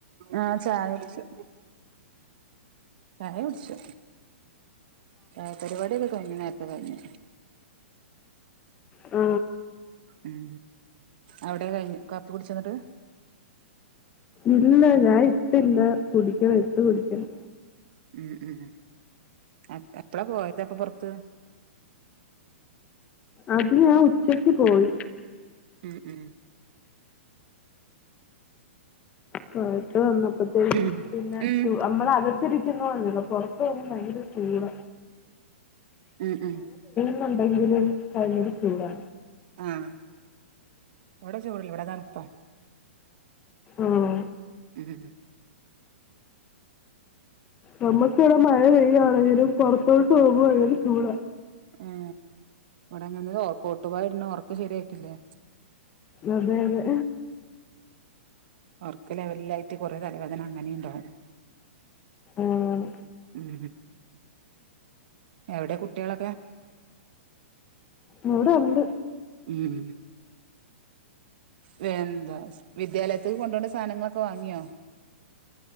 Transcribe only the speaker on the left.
ആ
ഇല്ല ഞാൻ ഇട്ടില്ല കുടിക്കണം ഇട്ട് കുടിക്കണം
അത്ഞാ ഉച്ചക്ക് പോയി
ഹായ് വന്നപ്പോഴത്തേക്കും
പിന്നെ
നമ്മളത് റ്റിരിക്കുന്ന <unintelligible> പൊറത്ത് വന്ന ഭയങ്കര ചൂട
ന്നുണ്ടെങ്കിലും ഭയങ്കര ചൂടാ
ആഹ്
നമ്മക്കിവടെ മഴ പെയ്യാണെങ്കിലും പൊറത്തോട്ട് പോവുമ്പോ ഭയങ്കര ചൂടാ
അതെ അതെ
ആണാണ്.
ഇവ്ടെണ്ട്